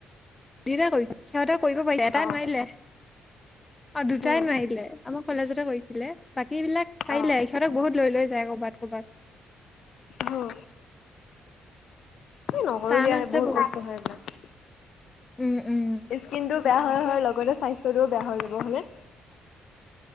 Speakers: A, on the left (about 25°); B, on the left (about 70°).
A: দুইটা কৰি সিহঁতে কৰিব পাৰিছা এটা
B: অ
A: নোৱাৰিলে। অ দুটাই
B: উম
A: নোৱাৰিলে, আমাৰ কলেজতে কৰিছিলে। বাকী বিলাক পাৰিলে
B: অ
A: সিহঁতক বহুত লৈ লৈ যায় কৰ'বাত কৰ'বাত।
B: অহ আমি নকৰোঁ
A: টান
B: দিয়া
A: আছে
B: বোৰ
A: বহুত
B: কষ্ট হয় এইবাক।
A: উম উম
B: স্কিন টো বেয়া
A: কষ্ট
B: হয় হয় লগতে সেটো বেয়া হৈ যাব হয়নে।